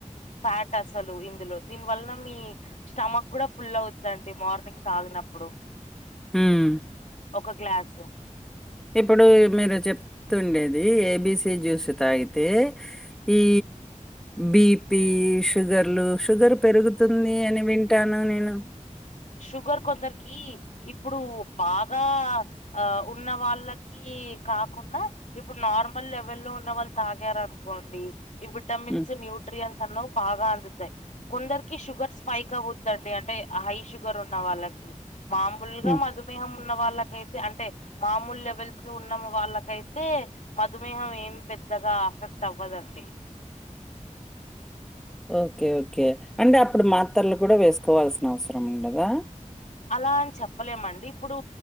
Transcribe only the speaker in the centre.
ఊమ్
ఇప్పుడు మీరు చెప్తుండేది ఏ బి సి జ్యూస్ తాగితే ఈ బి పీ ష్ షుగర్లు షుగర్ పెరుగుతుంది అని వింటాను నేను
హ్మ్.
హ్మ్.
ఓకే ఓకే అంటే అప్పుడు మాత్రలు కూడ వేసుకోవాల్సిన అవసరం ఉండదా